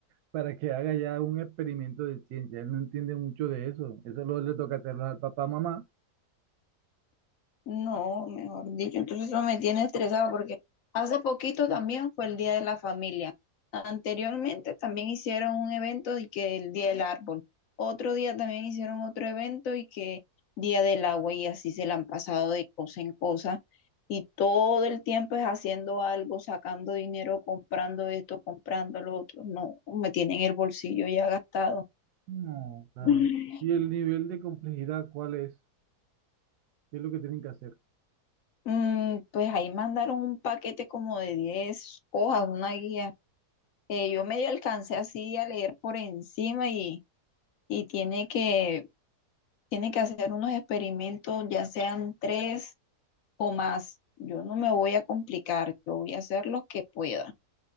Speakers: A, on the right; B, on the left.
A: para que haga ya un experimento de ciencia. Él no entiende mucho de eso. Eso lo le toca hacerlo al papá, mamá.
B: No, mejor dicho, entonces eso me tiene estresada porque hace poquito también fue el Día de la Familia. Anteriormente también hicieron un evento y que el Día del Árbol. Otro día también hicieron otro evento y que Día del Agua y así se la han pasado de cosa en cosa. Y todo el tiempo es haciendo algo, sacando dinero, comprando esto, comprando lo otro. No, me tienen el bolsillo ya gastado.
A: No, claro.
B: <laughs>
A: ¿Y el nivel de complejidad cuál es? ¿Qué es lo que tienen que hacer?
B: Mm, pues ahí mandaron un paquete como de 10 hojas, una guía. eh, yo medio alcancé así a leer por encima y, y tiene que, tiene que hacer unos experimentos, ya sean tres o más. Yo no me voy a complicar, yo voy a hacer los que pueda.